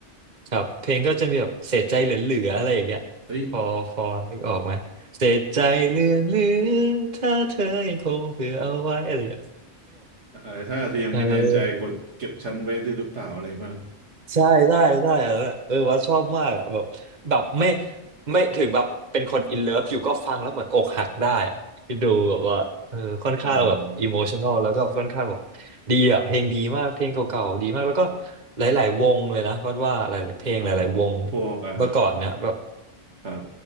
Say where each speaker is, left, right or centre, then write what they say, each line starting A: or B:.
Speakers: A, on the right; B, on the right.
A: ครับเพลงก็จะมีแบบเสียใจเหลือๆอะไรอย่างเงี้ย
B: เฮ้ย
A: พอพอนึกออกไหมเสียใจเหลือๆถ้าเธอยังคงเผื่อเอาไว้อะไรอย่างเงี้ย
B: อะไรถ้าเธอยังไม่แน่ใจกดเก็บฉันไว้ด้วยหรือเปล่าอะไรมางครับ
A: เออ ใช่ใช่ใช่เออเออว่าชอบมากอะแบบแบบไม่ไม่ถึงแบบเป็นคนอินเลิฟอยู่ก็ฟังแล้วเหมือนอกหักได้อะคดูแบบว่าเออค่อนข้างแบบอิโมชัน
B: อ๋อ
A: a ลแล้วก็ค่อนข้างแบบดีอะเพลงดีมากเพลงเก่าๆดีมากแล้วก็หลายๆวงเลยนะวัดว่าหลายๆเพลงหลายๆวง
B: อ๋อพวกอ่ะ
A: เมื่อก่อนเนี่ยแบบ
B: ครับ